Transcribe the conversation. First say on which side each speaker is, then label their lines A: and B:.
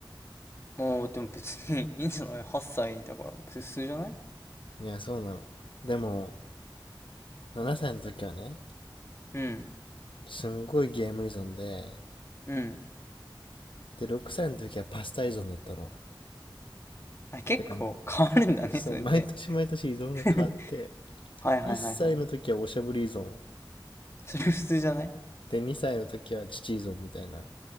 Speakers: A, on the left; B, on the left.
A: もう、でも別に <laughs> いいんじゃない ?8 歳だから普通じゃない
B: いや、そうなの。でも、7歳の時はね、
A: うん。
B: すんごいゲーム依存で、
A: うん。
B: で、6歳の時はパスタ依存だったの。
A: あ、結構変わるんだね、
B: だから、そう、
A: それって。
B: 毎年毎年依存が変わって、
A: <laughs> はいはいはいはい。
B: 1歳の時はおしゃぶり依存、
A: <laughs> それ普通じゃない
B: で、2歳の時は父依存みたいな。